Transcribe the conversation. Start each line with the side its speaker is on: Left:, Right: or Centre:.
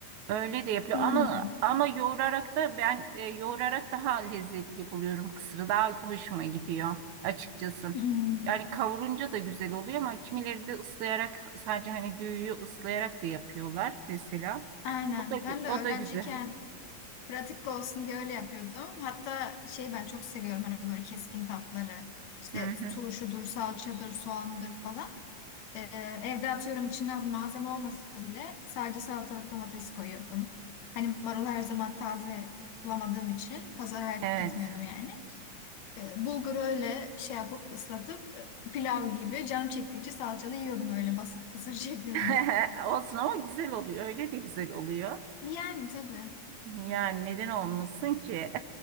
Right: Öyle de yapılıyor.
Left: Hmm,
Right: Ama ama yoğurarak da ben e, yoğurarak daha lezzetli buluyorum. Kısırı daha hoşuma gidiyor açıkçası.
Left: hmm.
Right: Yani kavurunca da güzel oluyor ama kimileri de ıslayarak sadece hani düğüyü ıslayarak da yapıyorlar mesela.
Left: Aynen.
Right: O da gü-
Left: Ben de
Right: o
Left: öğrenciyken
Right: da güzel.
Left: pratik olsun diye öyle yapıyordum. Hatta şey ben çok seviyorum hani böyle keskin tatları. İşte
Right: Hı hı.
Left: turşudur, salçadır, soğandır falan. Ee, evde atıyorum içine malzeme olmasa bile sadece salatalık domates koyuyordum. Hani marulu her zaman taze bulamadığım için pazara her
Right: Evet.
Left: gitmiyordum yani. Ee, bulguru öyle şey yapıp ıslatıp e, pilav gibi canım çektikçe salçalı yiyordum öyle basit kısır <laughs> şeklinde.
Right: <laughs> Olsun ama güzel oluyor. Öyle de güzel oluyor.
Left: Yani tabii.
Right: Yani neden olmasın ki?